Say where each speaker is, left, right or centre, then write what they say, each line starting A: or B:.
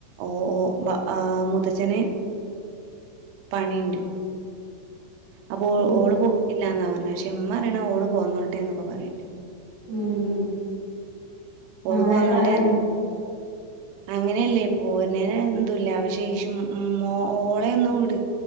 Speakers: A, on the right; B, on the right.
A: ഓ ഓ ബ ആ മുത്തച്ഛന് പണിണ്ട് അപ്പൊ
B: ഉം
A: ഓള് പോണില്ലാന്ന പറഞ്ഞെ ക്ഷെ ഇമ്മ പറീണെ ഓള് പോന്നോട്ടേ ന്നൊക്കെ പറീണ്ട്
B: ഉം
A: ഓള്
B: നാളെ
A: പോന്നോട്ടെ
B: പറയല്ലോ
A: അങ്ങനെയല്ലേ പോരനേന്ന് എതുല്ല പക്ഷേ ഷും ഉം ഓളയൊന്നും ട്